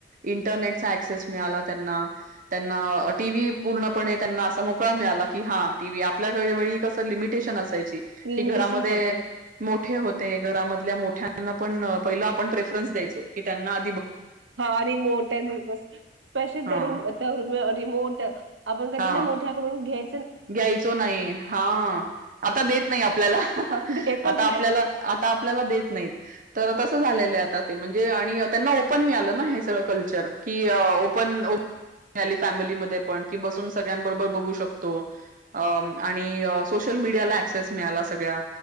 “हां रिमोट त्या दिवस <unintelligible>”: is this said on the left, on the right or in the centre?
Right